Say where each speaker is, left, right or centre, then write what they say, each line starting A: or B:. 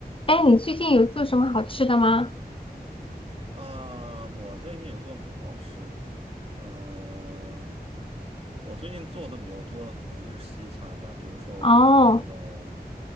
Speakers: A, on the left; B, on the right.
A: 哎，你最近有做什么好吃的吗？
B: 啊，我最近有做什么好吃的？呃，我最近做的比较多的可能就是西餐吧，比如说我会做这种
A: 哦